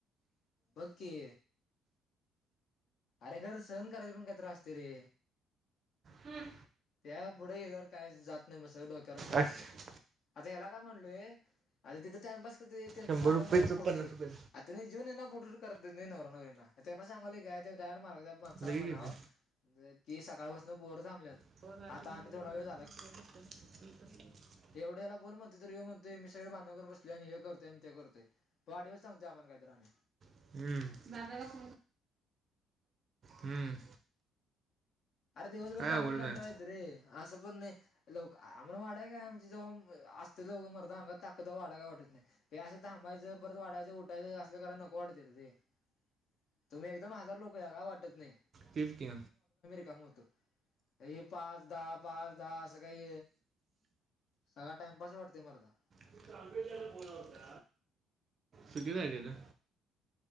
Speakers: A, on the left; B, on the right.
A: बगकी. आरे घर सहन करायच पन काय तर आस्तय रे.
B: हन
A: त्या पूडं गेल्यावर काई जात नइ म स डोक्यारून पन
B: अश-
A: जातय. आता याला काय मनलोय आता तिथं टाइमपास करतय त्यांचं
B: शंभर
A: चाल्लय
B: रुपयेच
A: मर्दा फोटोशूट
B: पन्नास रुपये
A: त्यानी जेऊन येना फोटोशूट करत नवरा नवरीना त्यांना सांगालोय काय काय ते मार त्या मानसाला
B: लगे
A: मनाव
B: घेते
A: ती सकाळपस्नं पोरं थांबल्यात.
B: <unintelligible>
A: आता आणि थोडा वेळ तेवडं याला बोल मनतो तरी ह्यो मनतोय मी सगळं भांड्नं करून बसलोय आनी हे करतय आनी ते करतयय. तो वाडिव सांगतोय आमाला काईतरी आनी.
B: हम् हम्म
A: आरे दिवसभर
B: काय
A: थांबून
B: अवघड
A: कंटाळा
B: आहे
A: येतो रे असं पन नइ लोक आम वाडाय काय आमची जेव असते लोक मर्दा अंगा ताव वाडाय वाटत नाई. हे असं थांबायंचं परत वाडायंचं उठायचं असंलं कराय नको. <unintelligible> काय वाटत नाई
B: तेच की
A: <unintelligible> -म होतं हे पाच दहा पाच दहा स काई सगळा टाइमपास वाटतोय मरदा.
B: तू त अंबेडयाला बोला होता. चुकि झाली न.